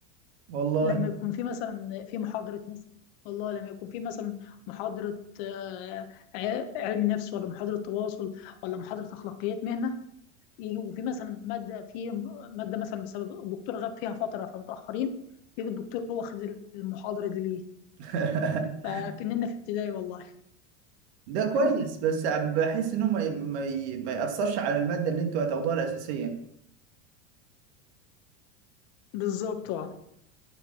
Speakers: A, on the right; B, on the left.
A: والله
B: لما يكون في مثلا في محاضرة مثلا والله لما يكون في مثلا محاضرة آه، ع- علم نفس ولا محاضرة تواصل ولا محاضرة أخلاقيات مهنة يجي وفي مثلا مادة في مادة مثلا بسبب الدكتور غاب فيها فترة فمتأخرين يجي الدكتور واخد المحاضرة دي ليه
A: <laughs>
B: فكأننا في ابتدائي والله
A: ده كويس
B: <laughs>
A: بس بحس انه ما ي- ما ي- ما يأثرش على المادة اللي انتوا هتاخدوها الأساسية
B: بالظبط اه